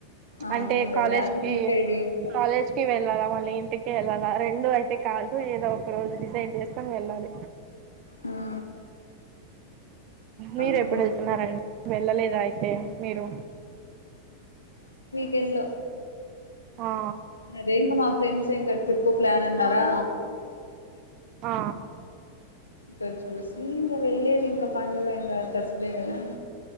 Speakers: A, on the left; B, on the right.
A: అవును
B: అంటే
A: వెళ్ళాలి
B: కాలేజ్ కి
A: ఇంకా ఇది ఇంకా
B: కాలేజ్కి వెళ్ళాలా మళ్ళీ ఇంటికి వెళ్ళాలా రెండు అయితే కాదు ఏదో ఒక రోజు డిసైడ్ చేస్త ఎలాల
A: ఆ
B: మీరు
A: అవునులే
B: ఎప్పుడు వెళ్తున్నారండి వెళ్ళలేదా అ మీరు
A: వెళ్ళ
B: ఆ
A: దేంగ మా ఫెండ్స్ం ట్రిప్పు ప్లాన్ అన్నారా
B: ఆ
A: ఇంకా చూసి ఇంకా వెళ్లేేది ఇంకా పండుగ ఇంకా తరిచద కదా